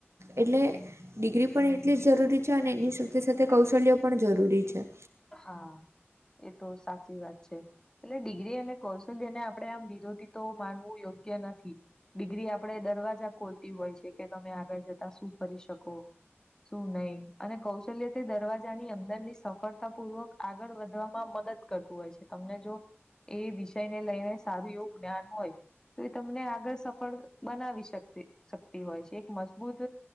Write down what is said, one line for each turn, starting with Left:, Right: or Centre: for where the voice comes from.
Right: એટલે ડિગ્રી પણ એટલી જ જરૂરી છે અને એની સાથે સાથે કૌશલ્ય પણ જરૂરી છે.
Left: હા, એ તો સાચી વાત છે. એટલે ડિગ્રી અને કૌશલ્યને આપણે આમ વિરોધી તો માનવું યોગ્ય નથી. ડિગ્રી આપડ દરવાજા ખોલતી હોય છે કે તમે આગળ જતા શું ફરી શકો શું નહી અને કૌશલ્ય તે દરવાજા ની અંદર ની સફ સફળતાપૂર્વક આગળ વધવામાં મદદ કરતું હોય છે તમને જો એ વિષય ને લઈને સારું એવું જ્ઞાન હોય તો એ તમને આગળ સફળ બનાવી શક શકતી હોય છે. એક મજબૂત